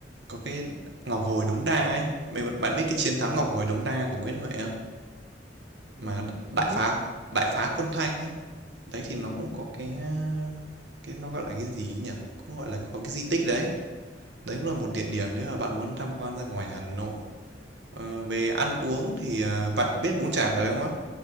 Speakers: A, on the right (about 70°); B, on the right (about 30°).
A: Có cái Ngọc Hồi Đống Đa ấy. Mày bạn biết cái chiến thắng Ngọc Hồi Đống Đa của Nguyễn Huệ không?
B: mình
A: Mà
B: không
A: đại
B: biết
A: phá đại phá quân Thanh ấy. Đấy thì nó cũng có cái cái nó gọi là cái gì ấy nhỉ? Cũng gọi là có cái di tích đấy. Đấy cũng là một địa điểm nếu mà bạn muốn tham quan ra ngoài Hà Nội. Ờ, về ăn uống thì ờ, bạn biết bún chả rồi đúng không?